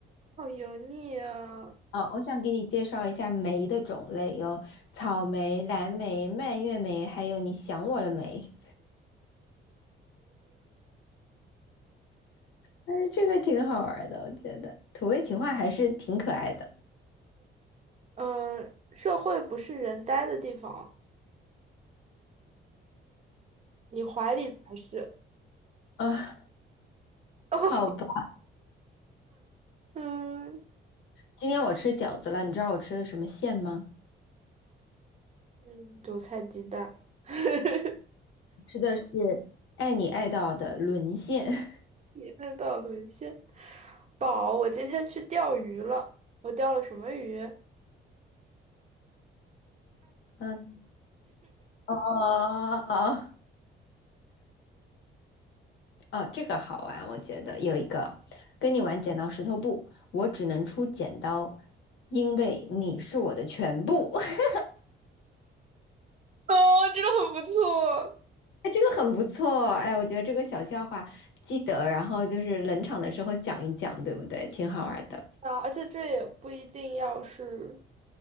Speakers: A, on the right; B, on the left.
A: 好油腻啊！
B: 啊！我想给你介绍一下梅的种类，有草莓、蓝莓、蔓越莓，还有你想我了没？哎，这个挺好玩的，我觉得土味情话还是挺可爱的。
A: 嗯，社会不是人呆的地方，你怀里才是。
B: 啊。
A: <laughs>
B: 好吧，
A: 嗯
B: 今天我吃饺子了，你知道我吃的什么馅吗？
A: 嗯，韭菜鸡蛋，<laughs>
B: 吃的是爱你爱到的沦陷。<laughs>
A: 看到沦陷。宝，我今天去钓鱼了，我钓了什么鱼？
B: 嗯，哦，哦，这个好玩，我觉得有一个跟你玩剪刀石头布，我只能出剪刀，因为你是我的全部。<laughs>
A: 哦，这个很不错。
B: 哎，这个很不错，哎，我觉得这个小笑话记得，然后就是冷场的时候讲一讲，对不对？挺好玩的。
A: 啊，而且这也不一定要是